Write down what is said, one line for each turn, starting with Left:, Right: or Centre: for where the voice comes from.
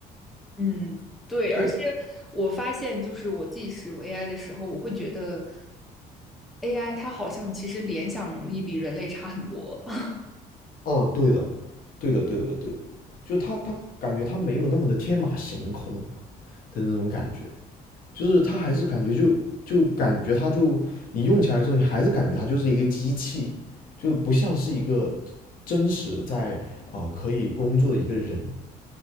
Centre: 嗯，对，而且
Left: 但是，
Centre: 我发现，就是我自己使用 AI 的时候，我会觉得 AI 它好像其实联想能力比人类差很多。<laughs>
Left: 哦，对的，对的，对的，对的，就他他感觉他没有那么的天马行空的那种感觉。就是它还是感觉就就感觉它就你用起来的时候，你还是感觉它就是一个机器，就不像是一个真实在啊、呃可以工作的一个人。